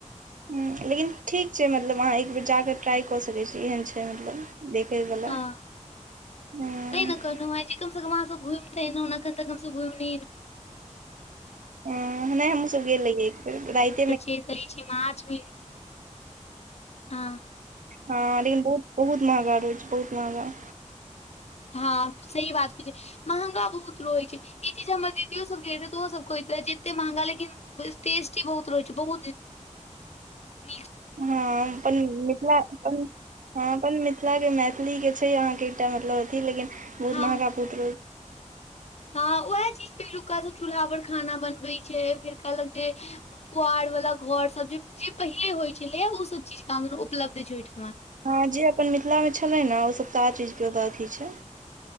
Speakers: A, on the right (about 80°); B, on the left (about 55°).
A: ह, लेकिन ठीक छै, मतलब अहाँ एकबेर ज कऽ ट्राइ कऽ सकैत छी एहन छै। मतलब देखै। वला
B: हँ,
A: हूँ
B: कहि ने कहलु। कम सँ कम हम घुम तै अना इना अखन तक हम सभ घुम
A: हमू सभ गेलहि एक बेर नइ।
B: <unintelligible> छै मार्च मने हँ
A: हँ, मुदा बहुत-बहुत महँगा रहै छै, बहुत महँगा।
B: हँ, सही बात केहे। महँगा बहुत रहैत छै, ई चीज हमर दीदियो सभ ग रहे तऽ ओहो सभ कहैत रहे जते महँगा लेकिन टेस्टी बहुत रहैत छै, बहुत न
A: हँ, अपन मिथिल अपन। हँ, अपन मिथिलाके मैथिलीके छै, अहाँकेँ एकटा मतलब अथि लेकिन बहुत
B: हँ
A: महँगा पुत्र।
B: हँ, उएह चीज पे लुका सभ चूल्हा पर खाना बनबै छै। फेर कहलक जे पुआर वाला घर सभ जे जे पहिले होइ छलै ह ओ सभ चीज काम उपलब्ध छै ओहिठमा।
A: हँ, जे अपन मिथिलामे छलै ने ओ सभ तऽ आ चीजके ओतय अथि छै।